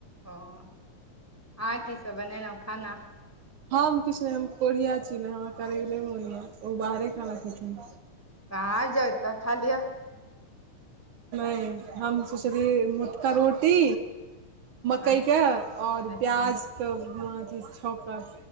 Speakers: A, in the centre; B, on the right.
A: ओ अहा की सब बनेेलहुँ खाना
B: हम किछु नहि हम कोढ़िया छी नहि हमरा करैके नहि मोन यऽ ओ बाहरे खाना खथिन
A: तऽ आ जाउ तऽ खालिया
B: नहि हम सोचलै मोटका रोटी मकई
A: अच्छा
B: के और
A: अच्छा
B: प्याज के अथि छौका